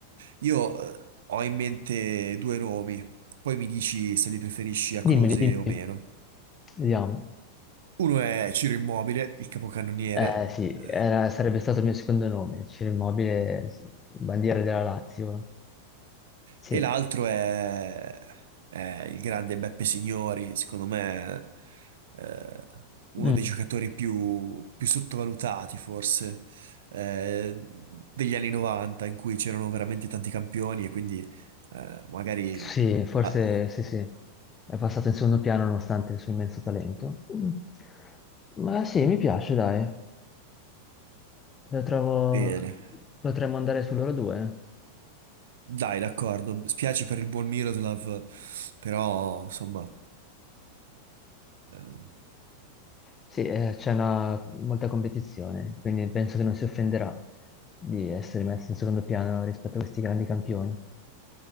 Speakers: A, on the right; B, on the left.
A: io eh, ho in mente due nomi, poi mi dici se li preferisci a Close
B: Dimmeli, dimmi,
A: o meno.
B: vediamo.
A: Uno è Ciro Immobile, il capocannoniere,
B: Eh sì,
A: eh,
B: era- sarebbe stato il mio secondo nome, Ciro Immobile, sì, bandiera della Lazio. Sì.
A: e l'altro è, è il grande Beppe Signori, secondo me eh, uno
B: Mm,
A: dei giocatori più, più sottovalutati forse eh, degli anni 90 in cui c'erano veramente tanti campioni e quindi eh, magari...
B: sì, forse
A: ah,
B: sì, sì. È passato in secondo piano nonostante il suo immenso talento. Mm. Ma sì, mi piace, dai. Lo trovo...
A: bene,
B: Potremmo andare su loro due.
A: dai, d'accordo, spiace per il buon Miroslav, però insomma... eh,
B: Sì, eh, c'è una... molta competizione, quindi penso che non si offenderà di essere messo in secondo piano rispetto a questi grandi campioni.